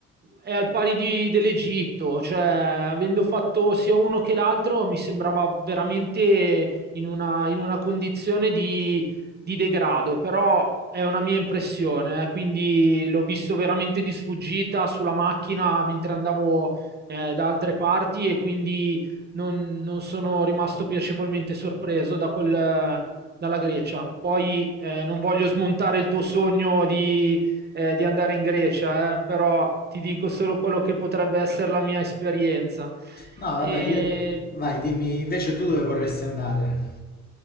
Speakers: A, on the right; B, on the left.
A: è al pari di- dell'Egitto, cioè, avendo fatto sia uno che l'altro, mi sembrava veramente in una, in una condizione di degrado, però è una mia impressione, eh, quindi l'ho visto veramente di sfuggita sulla macchina mentre andavo eh, da altre parti e quindi non, non sono rimasto piacevolmente sorpreso da quel, eh, dalla Grecia. Poi eh, non voglio smontare il tuo sogno di, eh, di andare in Grecia, eh, però ti dico solo quello che potrebbe essere la mia esperienza.
B: No, vabbè,
A: E
B: io... Vai, dimmi, invece tu dove vorresti andare?